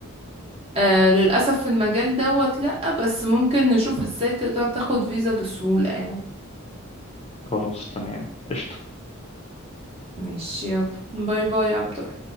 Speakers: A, on the right; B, on the left.
A: آه للأسف في المجال دوت لأ بس ممكن نشوف ازاي تقدر تاخد فيزا بسهولة يعني
B: خلاص تمام قشطة
A: ماشي يلا باي باي يا عبد